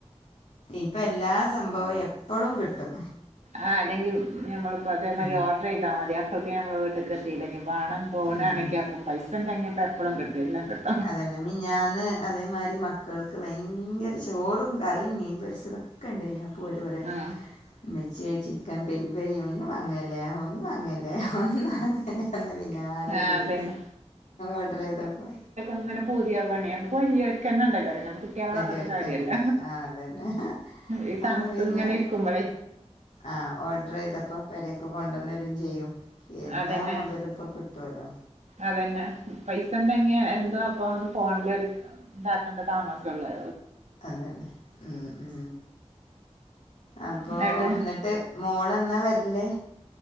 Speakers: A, on the left; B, on the right.
A: ഇപ്പ എല്ലാ സംഭവും എപ്പൊഴും കിട്ടും
B: ആ അല്ലെങ്കിൽ നമ്മളിപ്പോ അതേമാതിരി
A: ഉം
B: ഓഡർ ചെയ്താൽ മതി അപ്പഴൊക്കെ ഞമ്മൾ വീട്ടിൽക്ക് എത്തിയില്ലേ വാണം പോവുകാണെങ്കിൽ
A: ഉം
B: അപ്പം പൈസ ഉണ്ടെങ്കിൽ ഇപ്പ എപ്പഴും കിട്ടും എല്ലാം കിട്ടും
A: അതന്നെ മിഞാന്ന് അതേമാതിരി മക്കൾക്ക് ഭയങ്കര ചോറും കറിം മീൻ പൊരിച്ചതും ഒക്കെണ്ടായിന്ന് അ പോര് പറ
B: ആ
A: മെച്ചിയെ ചിക്കൻ പെരി പെരി ഒന്നും വാങ്ങല്ലേ ഒന്ന് വാങ്ങല്ലേ വന്ന് വാ <unintelligible> പിന്നാലെ
B: ആ
A: കൂടി
B: അതന്നെ
A: ഓഡർ ചെയ്തപ്പൊ
B: അങ്ങനെ പൂതിയാവാണേ നമക്ക് വലിയരിക്കന്നുണ്ടല്ലോ പിന്ന കുട്ടികളെ
A: വലിയവർക്ക്
B: പറഞ്ഞിട്ട് കാര്യല്ല
A: തന്നെ ഉണ്ട് ആ അതന്നെ
B: ഈ തണുത്ത്
A: അപ്പോൾ പിന്നെ
B: ഇങ്ങനെ ഇരിക്കുമ്പൊളെ
A: ആ ഓർഡർ ചെയ്തപ്പൊ പേരേക്ക് കൊണ്ടുവന്ന് തരും ചെയ്യും എല്ലാ
B: അതന്നെ
A: മൊതലിപ്പം കിട്ടോല്ലോ
B: അതന്നെ പൈസ ണ്ടങ്ങ എന്തോ അപ്പന്ന് ഫോണിൽ കള ഇതാക്കേണ്ട താമസെള്ള്
A: അതന്നെ ഉം ഉ അപ്പൊന്നിട്ട്
B: എന്നിട്ട്
A: മോള് എന്നാ വരില്